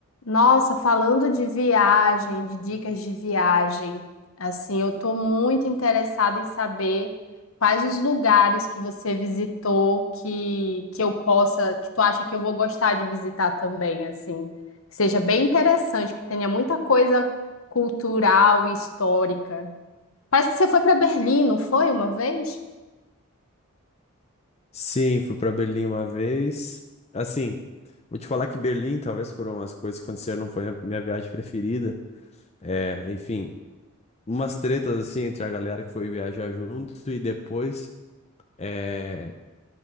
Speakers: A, on the left; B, on the left.
A: Nossa, falando de viagem, de dicas de viagem, assim, eu tô muito interessada em saber quais os lugares que você visitou que, que eu possa, que tu acha que eu vou gostar de visitar também, assim, que seja bem interessante, que tenha muita coisa cultural e histórica. Parece que você foi para Berlim, não foi uma vez?
B: Sim, fui para Berlim uma vez. Assim, vou te falar que Berlim, talvez por umas coisas que aconteceram, não foi a minha viagem preferida. É, enfim, umas tretas assim entre a galera que foi viajar junto e depois é,